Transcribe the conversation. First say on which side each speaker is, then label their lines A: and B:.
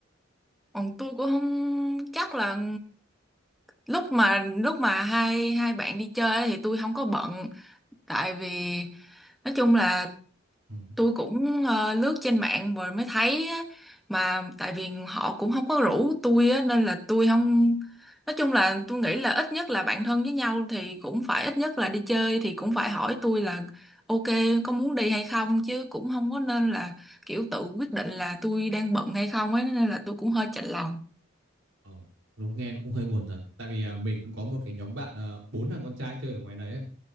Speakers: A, in the centre; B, on the right (about 80°).
A: Còn tôi cũng không chắc là lúc mà lúc mà hai hai bạn đi chơi ấy thì tôi không có bận tại vì nói chung là
B: Ừ.
A: tôi cũng ờ, lướt trên mạng rồi mới thấy á, mà tại vì họ cũng không có rủ tôi á nên là tôi không nói chung là tôi nghĩ là ít nhất là bạn thân với nhau thì cũng phải ít nhất là đi chơi thì cũng phải hỏi tôi là ok có muốn đi hay không chứ cũng không có nên là kiểu tự quyết định là tôi đang bận hay không ấy nên là tôi cũng hơi chạnh lòng
B: Ờ, đúng nghe nó cũng hơi buồn thật. Tại vì à, mình cũng có một cái nhóm bạn à, bốn thằng con trai chơi ở ngoài đấy ấy,